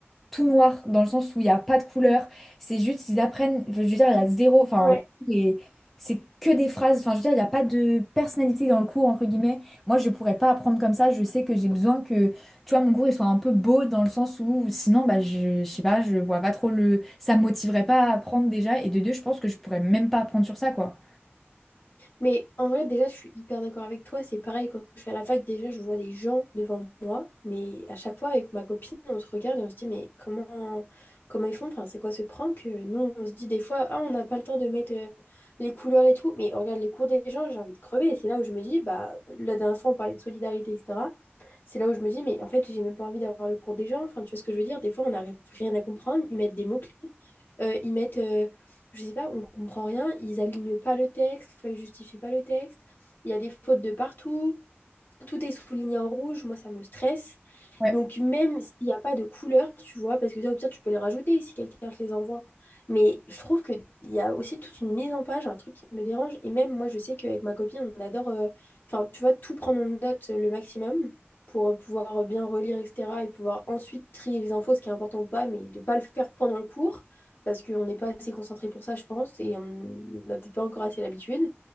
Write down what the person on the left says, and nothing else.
ouais.
Mais en vrai, déjà, je suis hyper d'accord avec toi. C'est pareil, quand je suis à la fac, déjà, je vois des gens devant moi. Mais à chaque fois, avec ma copine, on se regarde et on se dit, mais comment, comment ils font? Enfin, c'est quoi ce prank? Euh, Nous, on se dit des fois, ah, on n'a pas le temps de mettre euh, les couleurs et tout. Mais on regarde les cours des gens, j'ai envie de crever. Et c'est là où je me dis, bah, la dernière fois, on parlait de solidarité, etc. C'est là où je me dis, mais en fait, j'ai même pas envie d'avoir le cours des gens. Enfin, tu vois ce que je veux dire? Des fois, on n'arrive rien à comprendre. Ils mettent des mots-clés. Euh, ils mettent euh, je sais pas, on comprend rien, ils alignent pas le texte, enfin, ils justifient pas le texte, il y a des fautes de partout, tout est souligné en rouge, moi ça me stresse.
Donc même s'il n'y a pas de couleur, tu vois, parce que ça au pire tu peux les rajouter si quelqu'un te les envoie. Mais je trouve qu'il y a aussi toute une mise en page, un truc qui me dérange. Et même moi je sais qu'avec ma copine on adore, euh, enfin tu vois, tout prendre en note euh, le maximum pour euh, pouvoir bien relire, etc. Et pouvoir ensuite trier les infos, ce qui est important ou pas, mais de ne pas le faire pendant le cours, parce qu'on n'est pas assez concentré pour ça, je pense, et on n'a peut-être pas encore assez l'habitude.